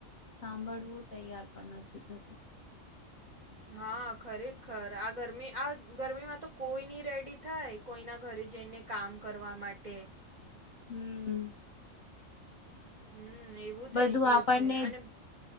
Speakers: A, on the left (about 45°); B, on the right (about 45°).
A: સાંભળવું તૈયાર પણ નથી થતું.
B: હા ખરેખર આ ગરમી આ ગરમીમાં તો કોઈ નની રેડી થાય કોઈ ના ઘરે જઈને કામ કરવા માટે.
A: હમ્મ.
B: હમ એવું
A: બધું
B: થઈ ગયું
A: આપણને
B: છે અને